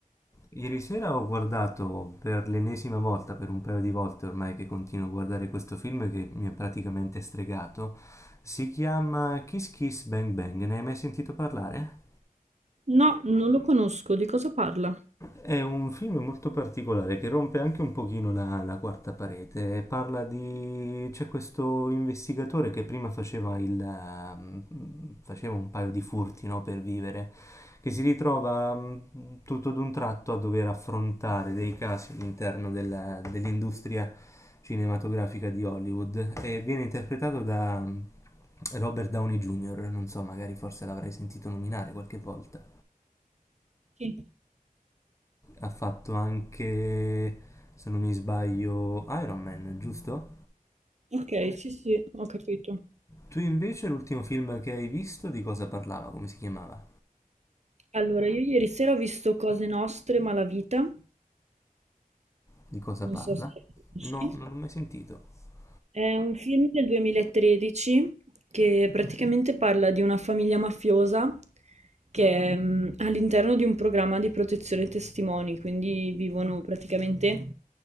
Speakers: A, on the left; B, on the right.
A: ieri sera ho guardato per l'ennesima volta, per un paio di volte ormai che continuo a guardare questo film che mi ha praticamente stregato. Si chiama Kiss Kiss Bang Bang. Ne hai mai sentito parlare?
B: No, non lo conosco. Di cosa parla?
A: È un film molto particolare che rompe anche un pochino la, la quarta parete. Parla di... c'è questo investigatore che prima faceva il... mm, faceva un paio di furti, no, per vivere, che si ritrova mm, tutto d'un tratto a dover affrontare dei casi all'interno della- dell'industria cinematografica di Hollywood e viene interpretato da mm, Robert Downey Jr., non so, magari forse l'avrai sentito nominare qualche volta.
B: Sì.
A: Ha fatto anche, se non mi sbaglio, Iron Man, giusto?
B: Ok, sì, sì, ho capito.
A: Tu invece l'ultimo film che hai visto di cosa parlava? Come si chiamava?
B: Allora, io ieri sera ho visto Cose Nostre, Malavita.
A: Di cosa
B: Non
A: parla?
B: so se lo conosci.
A: No, non l'ho mai sentito.
B: È un film del 2013 che praticamente parla di una famiglia mafiosa che è mm, all'interno di un programma di protezione testimoni, quindi vivono praticamente